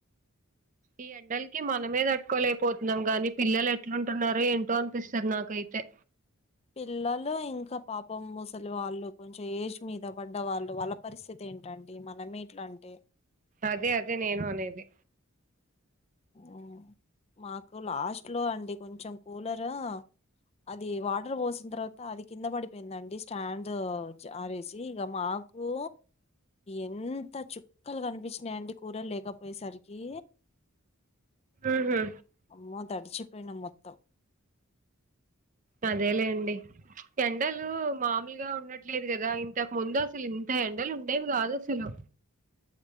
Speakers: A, on the right; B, on the left.
A: ఈ ఎండలకి మనమే తట్కోలేకపోతున్నాం. కాని పిల్లలు ఎట్లుంటున్నారో ఏంటో అనిపిస్తుంది. నాకైతే తే
B: పిల్లలు ఇంకా పాపం ముసలి వాళ్ళు కొంచెం ఏజ్ మీద పడ్డ వాళ్ళు వాళ్ళ పరిస్థితి ఏం ఏంటండి మనమే ఇట్లా అంటే
A: అదే అదే నేను అనేది
B: ఉమ్, మాకు లాస్ట్ లో అండి కొంచెం కూలరు అది వాటర్ పోసిన తర్వాత అది కింద పడిపోయిందండి స్టాండ్ ఆరేసి ఇక మాకు కు ఎంత చుక్కలు కనిపించినాయి అండి కూలర్ లేకపోయేసరికి
A: ఊహు
B: అమ్మో తడిచిపోయినం మొత్తం
A: అదేలేండి ఎండలు మామిలు ఉండట్లేదు కదా ఇంతకు ముందు అసలు ఇంత ఎండలు ఉండేవి కాదు అసలు